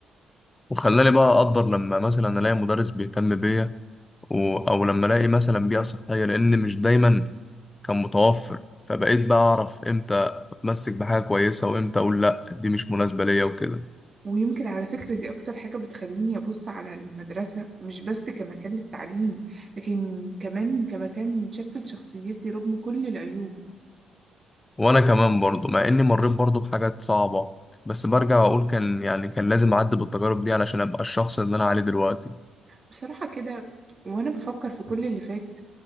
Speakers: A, on the left; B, on the right.
A: وخلاني بقى أقدر لما مثلا ألاقي مدرس بيهتم بيا و- او لما الاقي مثلا بيئه صحيه لان مش دايما كان متوفر فبقيت بقى اعرف امتى اتمسك بحاجه كويسه وامتى اقول لا دي مش مناسبه ليا وكده
B: ويمكن على فكرة دي اكتر حاجة بتخليني ابص على المدرسة مش بس كمكان للتعليم لكن كمان كمكان شكل شخصيتي رغم كل العيوب
A: وانا كمان برضو مع اني مريت برضو بحاجات صعبه بس برجع اقول كان يعني كان لازم اعدي بالتجارب دي علشان ابقى الشخص اللي انا عليه دلوقتي
B: بصراحة كده وانا بفكر في كل اللي فات